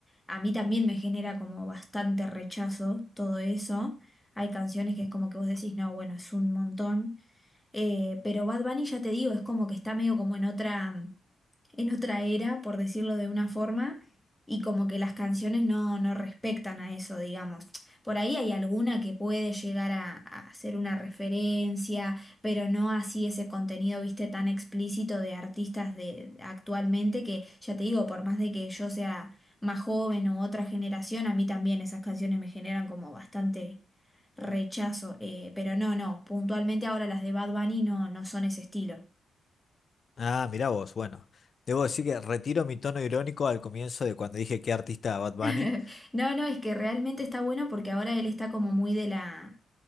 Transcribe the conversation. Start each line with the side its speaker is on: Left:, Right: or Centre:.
Centre: a mí también me genera como bastante rechazo todo eso. Hay canciones que es como que vos decís, no, bueno, es un montón. Eh, pero Bad Bunny ya te digo, es como que está medio como en otra... mm, en otra era, por decirlo de una forma, y como que las canciones no, no respectan a eso, digamos. Por ahí hay alguna que puede llegar a, a ser una referencia, pero no así ese contenido, viste, tan explícito de artistas de actualmente que, ya te digo, por más de que yo sea más joven u otra generación, a mí también esas canciones me generan como bastante rechazo. eh, pero no, no, puntualmente ahora las de Bad Bunny no, no son ese estilo.
Left: Ah, mirá vos, bueno. Debo decir que retiro mi tono irónico al comienzo de cuando dije qué artista Bad Bunny.
Centre: <laughs> No, no, es que realmente está bueno porque ahora él está como muy de la,